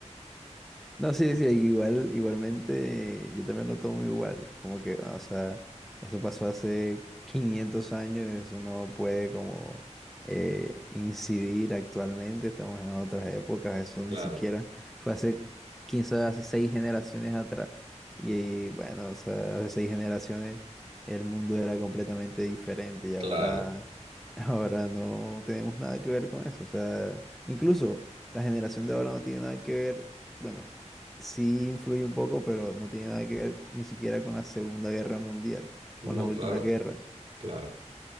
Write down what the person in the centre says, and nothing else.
No, sí, sí, igual, igualmente, yo también lo tomo igual, como que, o sea, eso pasó hace 500 años, eso no puede como eh, incidir actualmente, estamos en otras épocas, eso ni
siquiera fue hace, quién sabe, hace seis generaciones atrás, y bueno, o sea, hace seis generaciones el mundo era completamente diferente y
ahora, <laughs> ahora no tenemos nada que ver con eso, o sea, incluso la generación de ahora no tiene nada que ver, bueno sí influye un poco, pero no tiene nada que ver ni siquiera con la Segunda Guerra Mundial, con
las últimas
guerras.